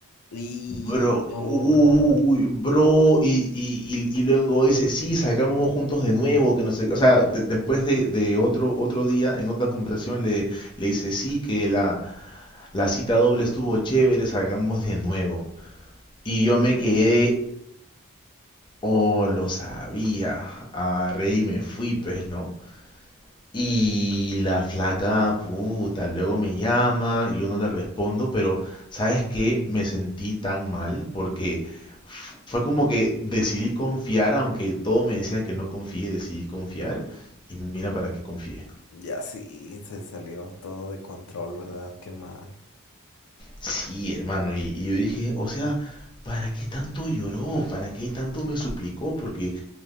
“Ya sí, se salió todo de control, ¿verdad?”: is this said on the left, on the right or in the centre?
Left